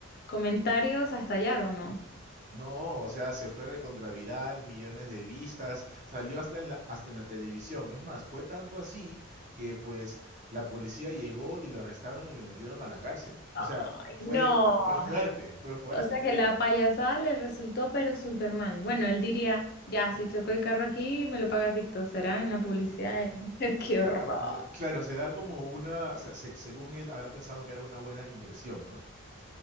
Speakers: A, on the left; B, on the right.
A: comentarios a estallar, ¿o no?
B: No, o sea, se fue recontraviral, millones de vistas, salió hasta en la, hasta en la televisión. Es más, fue tanto así que pues la policía llegó y lo arrestaron y lo metieron a la cárcel. O
A: Ay,
B: sea, fue,
A: no.
B: fue fuerte, fue fuerte.
A: O sea que la payasada le resultó pero súper mal. Bueno, él diría, ya, si choco el carro aquí, me lo paga TikTok, será en la publicidad. <laughs> Qué horror.
B: No, claro, será como una, o sea, se- según él habrá pensado que era una buena inversión, ¿no?